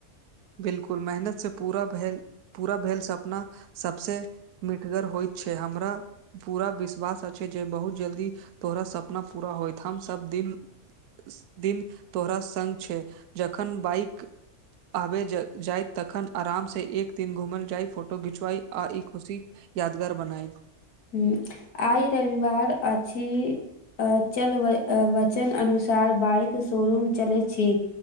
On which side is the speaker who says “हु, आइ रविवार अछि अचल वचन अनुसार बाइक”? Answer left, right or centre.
Left